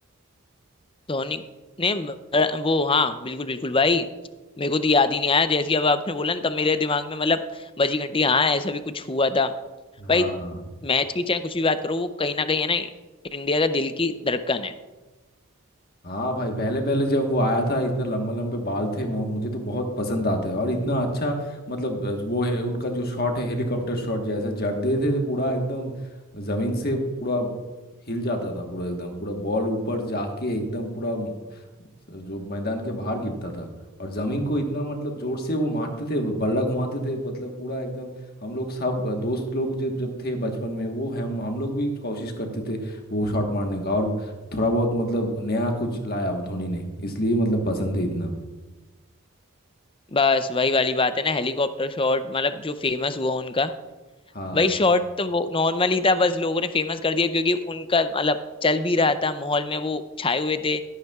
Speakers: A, on the left; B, on the left.
A: धोनी ने अ, वो हाँ बिल्कुल बिल्कुल भाई मेरे को तो याद ही नहीं आया जैसे ही अब आपने बोला ना तब मेरे दिमाग में मतलब बजी घंटी हाँ ऐसा भी कुछ हुआ था
B: हाँ
A: भाई मैच की चाहे कुछ भी बात करो वो कहीं ना कहीं है ना इंडिया का दिल की धड़कन है
B: हाँ भाई पहले पहले जब वो आया था इतना लंबे लंबे बाल थे मो- मुझे तो बहुत पसंद आते हैं और इतना अच्छा मतलब अ, वो है उनका जो शॉट है हेलीकॉप्टर शॉट जैसा जड़ते थे, थे पूरा एकदम जमीन से पूरा हिल जाता था पूरा एकदम पूरा बॉल ऊपर जाके एकदम पूरा म- जो मैदान के बाहर गिरता था और जमीन को इतना मतलब जोर से वो मारते थे बल्ला घुमाते थे मतलब पूरा एकदम हम लोग सब अ, दोस्त लोग जब जब थे बचपन में वो हम हम लोग भी कोशिश करते थे वो शॉट मारने का और थोड़ा बहुत मतलब नया कुछ लाया वो धोनी ने इसलिए मतलब पसंद है इतना
A: बस वही वाली बात है ना हेलीकॉप्टर शॉट मतलब जो फेमस हुआ उनका
B: हाँ
A: भाई शॉट तो वो नॉर्मल ही था बस लोगों ने फेमस कर दिया क्योंकि उनका मतलब चल भी रहा था माहौल में वो छाए हुए थे